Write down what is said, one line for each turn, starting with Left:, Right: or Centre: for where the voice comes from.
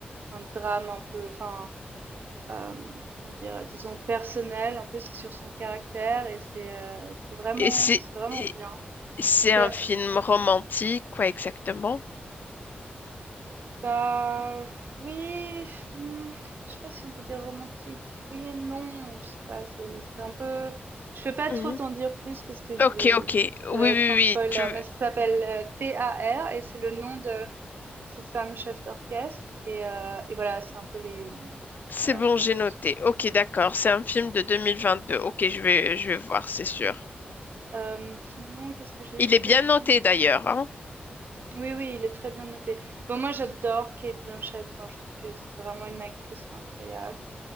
Right: un drame un peu enfin, hem, comment dire? Disons personnel, un peu c'est sur son caractère et c'est, heu, c'est vraiment
Left: c'est
Right: c'est vraiment
Left: et
Right: bien.
Left: c'est
Right: C'est
Left: un film romantique, quoi exactement?
Right: Bah oui, hmm, je sais pas si on peut dire romantique. Oui et non, je sais pas. C'est c'est un peu. Je peux pas
Left: Mhm.
Right: trop t'en dire plus parce que je
Left: Ok,
Right: vais.
Left: ok.
Right: Ça
Left: Oui,
Right: va être
Left: oui,
Right: un
Left: oui.
Right: spoiler,
Left: Tu...
Right: mais ça s'appelle euh, T A R et c'est le nom de, de cette femme chef d'orchestre et euh, et voilà, c'est un peu les.
Left: C'est
Right: Voilà,
Left: bon,
Right: c'est
Left: j'ai
Right: un peu
Left: noté.
Right: son.
Left: Ok, d'accord. C'est un film de 2022. Ok, je vais, je vais voir, c'est sûr.
Right: Euh, sinon, qu'est-ce que j'ai
Left: Il est
Right: eu
Left: bien
Right: comme film
Left: noté
Right: qui
Left: d'ailleurs,
Right: est-
Left: hein.
Right: Oui, oui, il est très bien noté. Bon, moi, j'adore Kate Blanchett. Enfin, je trouve que c'est vraiment une actrice incroyable.